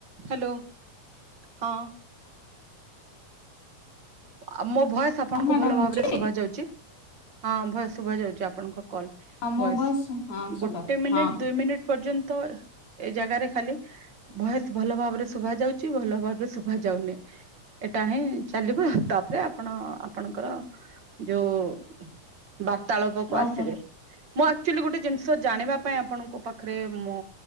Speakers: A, on the right (about 40°); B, on the left (about 85°).
A: ହ୍ୟାଲୋ ହଁ। ଆ ମୋ ଭୟସ ଆପଣଙ୍କୁ
B: ହଁ ମ୍ୟାଡାମ
A: ଭଲ ଭାବରେ
B: ଅଛି
A: ଶୁଭ ଯାଉଛି? ହଁ ଭଏସ ଶୁଭ ଯାଉଛି ଆପଣଙ୍କ କଲ।
B: ମୋ
A: ବସ୍
B: ଭଏସ୍ ହଁ ଶୁଭା
A: ଗୋଟେ ମିନିଟ
B: ହଁ
A: ଦୁଇ ମିନିଟ୍ ପର୍ଯ୍ୟନ୍ତ ଏ ଜାଗାରେ ଖାଲି ବୟସ ଭଲ ଭାବରେ ଶୁଭା ଯାଉଛି ଭଲ ଭାବରେ ଶୁଭା ଯାଉନି। ଏଇଟା ହିଁ ଚାଲିବ ତାପରେ ଆପଣ ଆପଣଙ୍କର ଯୋଉ ବାର୍ତ୍ତାଳପକୁ
B: ଓକେ।
A: ଆସିବେ। ମୁଁ ଆକ୍ଚୁଆଲି ଗୋଟେ ଜିନିଷ ଜାଣିବା ପାଇଁ ଆପଣଙ୍କ ପାଖରେ ପାଖରେ ମୁଁ